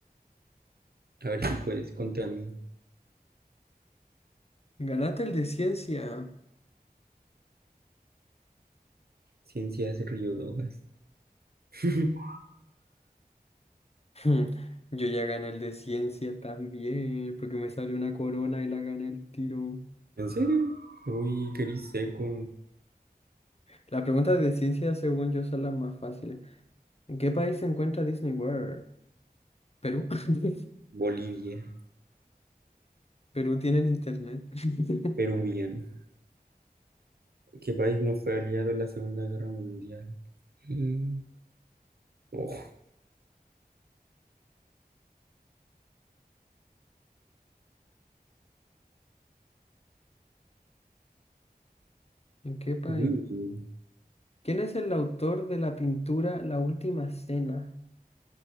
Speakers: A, on the right; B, on the left.
A: A ver si puedes contra mí.
B: Ganaste el de ciencia.
A: Ciencias Riodogas. <laughs>
B: Hmm, Yo ya gané el de ciencia también, porque me salió una corona y la gané al tiro.
A: ¿En serio? Uy, gris seco.
B: Las preguntas de ciencia, según yo, son las más fáciles. ¿En qué país se encuentra Disney World? Perú. <laughs>
A: Bolivia.
B: Perú tienen internet. <laughs>
A: Peruviano. ¿Qué país no fue aliado en la Segunda Guerra Mundial? Mm. Oh,
B: ¿En qué país?
A: mm.
B: ¿Quién es el autor de la pintura La Última Cena?